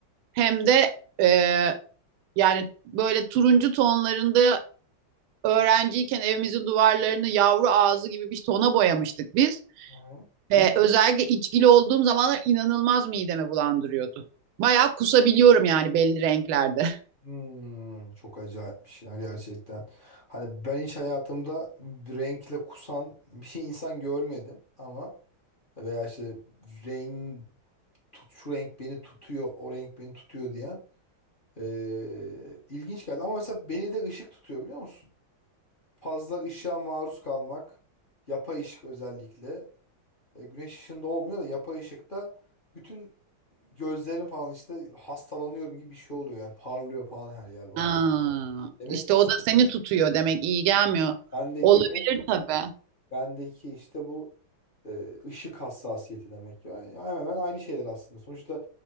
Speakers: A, on the right (about 85°); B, on the left (about 35°).
A: hem de e, yani böyle turuncu tonlarında öğrenciyken evimizin duvarlarını yavru ağzı gibi bir tona boyamıştık biz.
B: Hı hı.
A: Ee, özellikle içkili olduğum zamanlar inanılmaz midemi bulandırıyordu. Bayağı kusabiliyorum yani belli renklerde. <laughs>
B: Hmm, çok acayipmiş ya gerçekten. Hani ben hiç hayatımda renkle kusan bir şey insan görmedim ama veya işte renk tut şu renk beni tutuyor, o renk beni tutuyor diyen eee, ilginç geldi. Ama mesela beni de ışık tutuyor biliyor musun? Fazla ışığa maruz kalmak, yapay ışık özellikle. E, güneş ışığında olmuyor da yapay ışıkta bütün gözlerim falan işte hastalanıyorum gibi bir şey oluyor yani parlıyor falan her yer bana.
A: Aa,
B: Demek
A: işte
B: ki
A: o da seni tutuyor demek iyi gelmiyor.
B: bendeki
A: Olabilir
B: renk,
A: tabii.
B: bendeki işte bu e, ışık hassasiyeti demek ki. Yani hemen hemen aynı şeyler aslında. Sonuçta